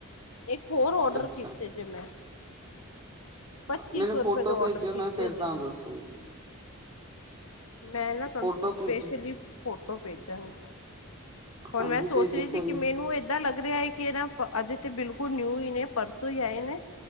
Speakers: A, on the left; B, on the right.
A: ਇੱਕ ਹੋਰ ਓਡਰ
B: ਅੱਛਾ
A: ਕੀਤੇ ਜੇ ਮੈਂ ਪੱਚੀ
B: ਮੈਨੂੰ
A: ਸੌ
B: ਫੋਟੋ
A: ਰੁਪਏ ਦੇ ਔਡਰ
B: ਪੇਜੇਓ ਮੈਂ
A: ਕੀਤੇ
B: ਫੇਰ
A: ਜੇ
B: ਤਾਨੂੰ ਦੱਸੂੰਗੀ।
A: ਮੈਂ ਨਾ ਤਾਨੂੰ
B: ਫੋਟੋ
A: ਸਪੇਸ਼ਲੀ
B: ਭੇਜ
A: ਫੋਟੋ ਪੇਜਾਂਗੀ। ਹੁਣ
B: ਹਾਂਜੀ
A: ਮੈਂ ਸੋਚ
B: ਭੇਜੋ
A: ਰੀ ਥੀ
B: ਫਿਰ
A: ਕਿ ਮੈਨੂੰ ਏ ਏਦਾ ਲੱਗ ਰੇਹਾ ਏ ਕਿ ਏ ਨਾ ਅਜੇ ਤੇ ਬਿਲਕੁਲ ਨਿਊ ਈ ਨੇ ਪਰਸੋਂ ਈ ਆਏ ਨੇ।